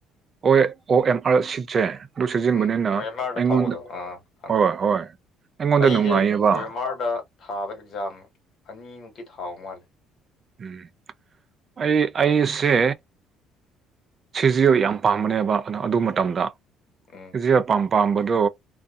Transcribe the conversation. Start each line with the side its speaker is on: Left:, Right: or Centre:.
Right: ꯑꯣ ꯑꯣ ꯑꯦꯝ ꯑꯥꯔ ꯁꯤꯠꯁꯦ ꯑꯗꯨ ꯁꯤꯖꯤꯟꯕꯅꯤꯅ
Left: ꯎꯝ ꯍꯣꯏ ꯑꯦꯝ ꯑꯥꯔꯗ
Right: ꯑꯩꯉꯣꯟꯗ
Left: ꯊꯧꯕꯗꯣ ꯑꯥ ꯈꯪꯉꯦ
Right: ꯍꯣꯏ ꯍꯣꯏ ꯑꯩꯉꯣꯟꯗ
Left: ꯑꯩꯁꯦ
Right: ꯅꯨꯡꯉꯥꯏꯌꯦꯕ
Left: ꯀꫭ ꯑꯦꯝ ꯑꯥꯔꯗ ꯊꯥꯕ ꯑꯦꯛꯖꯥꯝ ꯑꯅꯤꯃꯨꯛꯀꯤ ꯊꯥꯍꯧ ꯃꯥꯜꯂꯦ
Right: ꯎꯝ ꯑꯩ ꯑꯩꯁꯦ ꯁꯤꯖꯤꯌꫭ ꯌꯥꯝ ꯄꯥꯝꯕꯅꯦꯕ ꯑꯗꯣ ꯑꯗꯨ ꯃꯇꯝꯗ
Left: ꯎꯝ
Right: ꯁꯤ ꯑꯄꯥꯝ ꯄꯥꯝꯕꯗꯣ